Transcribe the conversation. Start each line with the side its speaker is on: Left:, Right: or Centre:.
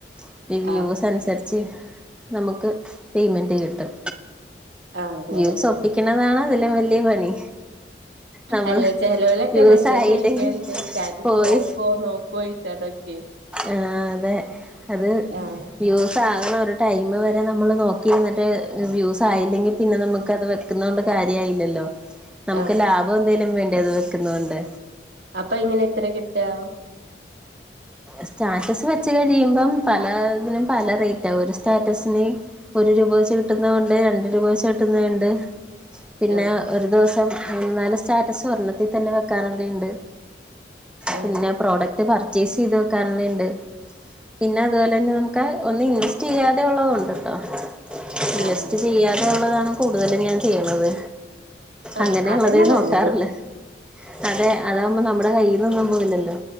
Centre: ഇപ്പ ഈ വ്യൂസ്
Right: ആഹ്
Centre: അന്സരിച്ച് നമുക്ക് പേയ്മെന്റ് കിട്ടും
Right: ആഹ് അങ്ങനല്ലേ
Centre: വ്യൂസ് ഒപ്പി ക്ക്ണതാണ് അതിലും വല്ല്യെ പണി നമ്മള്
Right: അല്ലെ ചെലോലൊക്കെ
Centre: വ്യൂസ്
Right: മെസ്സേജ്
Centre: ആയില്ലെങ്കി
Right: അയക്കെല്ണ്ട് സ്റ്റാറ്റസ്
Centre: പോയി
Right: നോക്കോ നോ <unintelligible>
Centre: ആഹ് അതെ അത്
Right: ആഹ്
Centre: വ്യൂസ് ആകണോര് ടൈമ് വരെ നമ്മള് നോക്കി ഇര്ന്നിട്ട് വ്യൂസ് ആയില്ലെങ്കി പിന്നെ ഞമ്മക്കത് വെക്ക്ന്നോണ്ട് കാര്യായില്ലല്ലോ നമുക്ക്
Right: ആഹ്
Centre: ലാഭം എന്തേലും വേണ്ടേ അത് വെക്ക്ന്നോണ്ട്
Right: അപ്പ എങ്ങനെ എത്രെ കിട്ടാ
Centre: സ്റ്റാറ്റസ് വെച്ച് കഴിയുമ്പം പലതിനും പല റേ റ്റാ ഒരു സ്റ്റാറ്റസിന് ഒരു രൂപ വെച്ച് കിട്ട്ന്നവുണ്ട് രണ്ട് രൂപ വെച്ച് കിട്ട്ന്നെണ്ട് പിന്നെ
Right: ആഹ്
Centre: ഒരു ദിവസം മൂന്ന് നാല് സ്റ്റാറ്റസ് ഒരെണ്ണത്തി തന്നെ വെക്കാന്ള്ളെ ഇണ്ട്
Right: ആഹ്
Centre: പിന്നെ പ്രോഡക്റ്റ് പർച്ചേസെയ്ത് വെക്കാന്ള്ളേണ്ട് പിന്നെ അതുപോലന്നെ നമുക്ക് ഒന്നും ഇൻവെസ്റ്റെയ്യാതെ ഉള്ളതും ഉണ്ട്ട്ടോ ഇൻവെസ്റ്റ്‌
Right: ആഹ്
Centre: ചെയ്യാതെയുള്ളതാണ് കൂടുതലും ഞാൻ ചെയ്യ്ണത്
Right: ആഹ്
Centre: അങ്ങനെ
Right: അതല്ല
Centre: ഇള്ളതെ നോക്കാറ്ള്ളു
Right: നല്ലതും
Centre: അതെ അതാവുമ്പോ നമ്മടെ കയ്യിന്നൊന്നും പോവില്ലല്ലോ